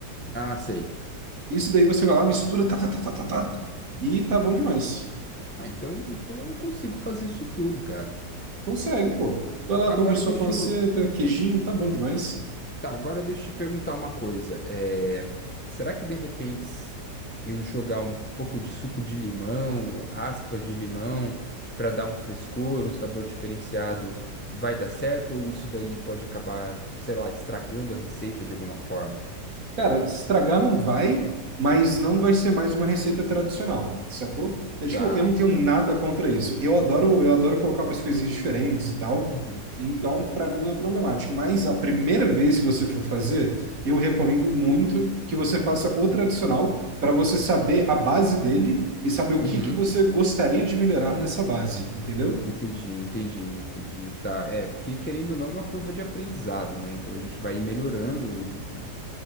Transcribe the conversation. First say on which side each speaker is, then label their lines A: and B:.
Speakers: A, on the left; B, on the right.
A: Ah, sei.
B: Isso daí você vai lá, mistura, tá, tá, tá, tá, tá, tá, e tá bom demais.
A: Ah, então, então eu consigo fazer isso tudo, cara.
B: Consegue, pô. Vai lá,
A: Agora
B: compra sua
A: deixa
B: panceta,
A: eu,
B: queijinho, tá bom demais.
A: Tá, agora deixa eu te perguntar uma coisa. É, será que de repente s- eu jogar um pouco de suco de limão ou raspas de limão para dar um frescor, um sabor diferenciado, vai dar certo? Ou isso daí pode acabar, sei lá, estragando a receita de alguma forma?
B: Cara, estragar não vai, mas não vai ser mais uma receita tradicional, sacou? É, tipo,
A: Tá,
B: eu não tenho nada
A: tá.
B: contra isso. Eu adoro, eu adoro colocar umas coisinhas diferentes e tal.
A: Uhum,
B: Então, para mim não é problemático. Mas a primeira vez que você for fazer, eu recomendo muito que você faça o tradicional para você saber a base dele e saber o
A: uhum.
B: que que você gostaria de melhorar nessa base, entendeu?
A: Entendi, entendi, entendi. Tá, é, porque querendo ou não, é uma curva de aprendizado, né? Então a gente vai ir melhorando, in-